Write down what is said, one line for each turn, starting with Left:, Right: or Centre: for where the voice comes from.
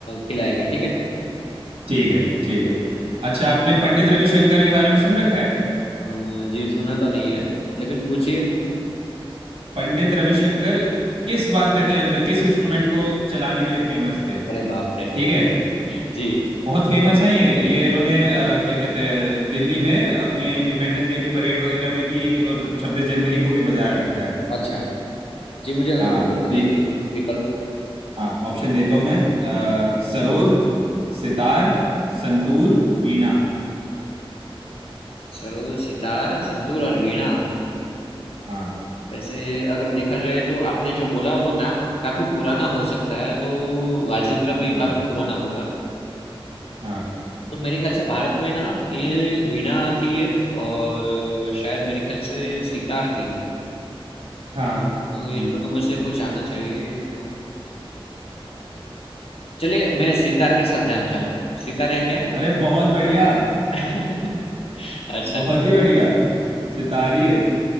Left: खिलाएगा ठीक है
Right: ठीक है ठीक है अच्छा आपने पंडित रविशंकर के बारे में सुन रखा है
Left: अ, जी सुना तो नहीं है लेकिन पूछिए
Right: पंडित रविशंकर किस वाद्य यंत्र किस इंस्ट्रूमेंट को चलाने के लिए फेमस थे
Left: अरे बाप
Right: ठीक
Left: रे
Right: है
Left: <laughs> जी
Right: बहुत फेमस हैं ये ये इन्होंने अ, क्या कहते हैं दिल्ली में अपने इंडिपेंडेंस डे की परेड वगैरह में भी और छब्बीस जनवरी को भी बजाया रखा है
Left: अच्छा जी मुझे
Right: हाँ
Left: विकल्प दीजिए
Right: ये
Left: विकल्प
Right: हाँ ऑप्शन देता हूँ मैं अ, सरोद सितार संतूर वीणा
Left: सरोज सितार संतूर और वीणा
Right: हाँ
Left: वैसे अगर देखा जाए तो आपने जो बोला वो नाम काफी पुराना हो सकता है तो राजेंद्र भी
Right: हाँ
Left: काफी पुराना होगा
Right: हाँ
Left: तो मेरे ख्याल से भारत में ना ये वीणा थी एक और अ, शायद मेरे ख्याल से सितार थी
Right: हाँ
Left: तो ये
Right: ठीक
Left: दोनों में से कुछ आना चाहिए अ, चलिए मैं सितार के साथ जाना चाहूंगा सितार है क्या
Right: अरे बहुत बढ़िया
Left: <laughs> अच्छा
Right: बहुत ही बढ़िया सितारी है